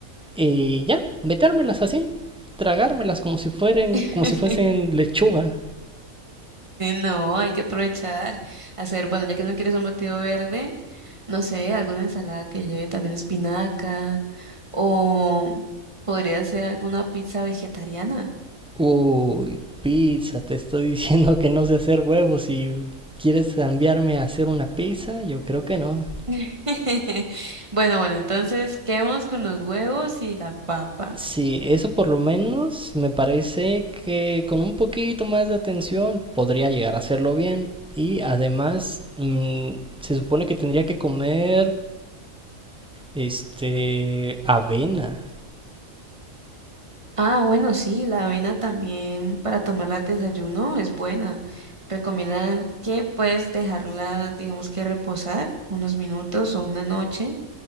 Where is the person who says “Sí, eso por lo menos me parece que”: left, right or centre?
Centre